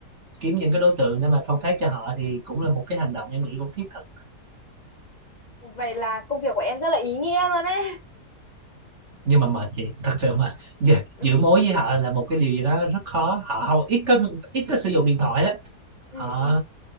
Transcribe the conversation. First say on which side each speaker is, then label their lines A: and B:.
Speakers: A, on the right; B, on the left.
A: kiếm những cái đối tượng để mà phân phát cho họ thì cũng là một cái hành động em nghĩ cũng thiết thực
B: Vậy là công việc của em rất là ý nghĩa luôn đấy.
A: nhưng mà mệt chị thật sự mà giữ,
B: Ừ,
A: giữ mối với họ là một cái điều gì đó rất khó họ hầu ít có ít có sử dụng điện thoại đó
B: ừ,
A: họ
B: ừ.